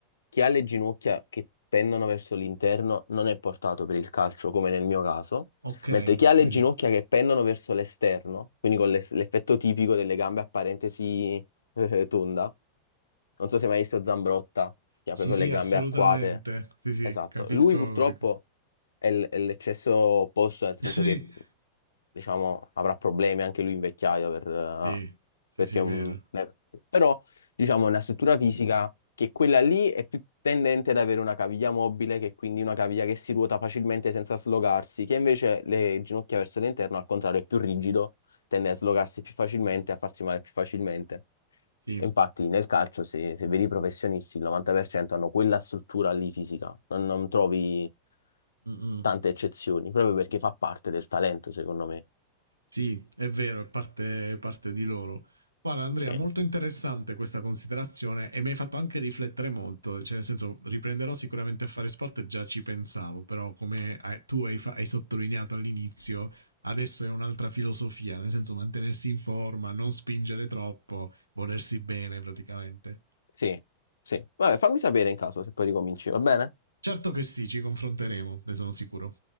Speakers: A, on the left; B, on the right.
A: chi ha le ginocchia che pendono verso l'interno non è portato per il calcio, come nel mio caso,
B: Ok,
A: mentre chi ha le
B: vedi.
A: ginocchia che pendono verso l'esterno, quindi con l'es- l'effetto tipico delle gambe a parentesi <laughs> Tunda. Non so se hai mai visto Zambrotta, che
B: Sì,
A: ha proprio
B: sì,
A: le gambe
B: assolutamente.
A: arcuate.
B: Sì, sì,
A: Esatto.
B: capisco.
A: Lui purtroppo
B: quello che-
A: è l- è l'eccesso opposto, nel senso
B: <laughs> Sì,
A: che, diciamo, avrà problemi anche lui in vecchiaia per, eh,
B: sì, sì,
A: perché
B: sì,
A: è
B: vero.
A: un... eh, Però, diciamo, è una struttura fisica che quella lì è più tendente ad avere una caviglia mobile, che è quindi una caviglia che si ruota facilmente senza slogarsi, che invece le ginocchia verso l'interno, al contrario, è più rigido, tende a slogarsi più facilmente, a farsi male più facilmente.
B: Sì.
A: E Infatti nel calcio se, se vedi i professionisti il 90% hanno quella struttura lì fisica, non, non trovi
B: Mm-mm.
A: tante eccezioni, proprio perché fa parte del talento secondo me.
B: Sì, è vero, è parte, parte di loro. Guarda Andrea,
A: Cioè,
B: molto interessante questa considerazione e mi hai fatto anche riflettere molto, cioè nel senso riprenderò sicuramente a fare sport, già ci pensavo, però come hai- tu hai, fa- hai sottolineato all'inizio, adesso è un'altra filosofia, nel senso mantenersi in forma, non spingere troppo, volersi bene praticamente.
A: sì, sì. Vabbè, fammi sapere in caso se poi ricominci, va bene?
B: Certo che sì, ci confronteremo, ne sono sicuro.